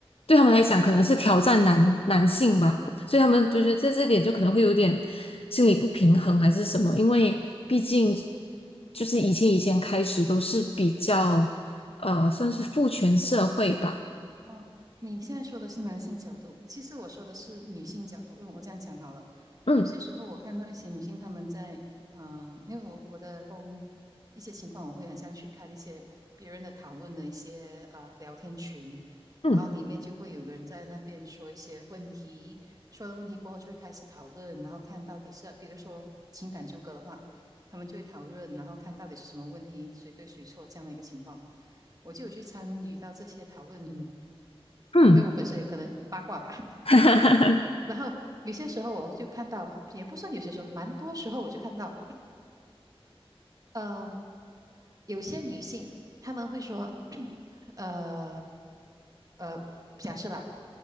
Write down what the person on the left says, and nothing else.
对他们来讲可能是挑战男男性吧。所以他们就觉得在这点就可能会有点。心理不平衡还是什么，因为毕竟就是以前以前开始都是比较呃算是父权社会吧，
嗯
嗯
嗯，
<laughs>